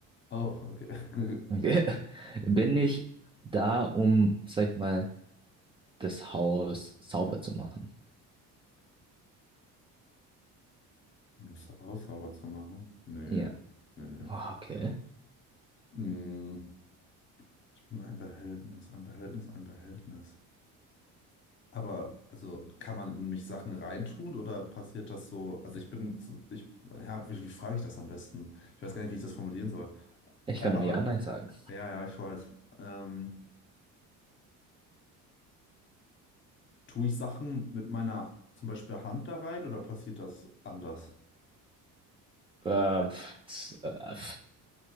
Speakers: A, on the left; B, on the right.
A: Oh, okay. <laughs>
B: Okay. <laughs> Bin ich da, um, sag ich mal, das Haus sauber zu machen?
A: Um das Haus sauber zu machen? Nee,
B: Ja.
A: nee, nee.
B: Ah, okay.
A: Mm, ich bin ein Behältnis, ein Behältnis, ein Behältnis. Aber, also, kann man in mich Sachen reintun oder passiert das so? Also, ich bin, zu- ich, ja, wie, wie frage ich das am besten? Ich weiß gar nicht, wie ich das formulieren soll.
B: Ich
A: Ä-
B: kann
A: Aber,
B: nur Ja, Nein sagen.
A: ja, ja, ich weiß. Ähm, tue ich Sachen mit meiner, zum Beispiel Hand da rein oder passiert das anders?
B: Äh, pf, s- äh, pf,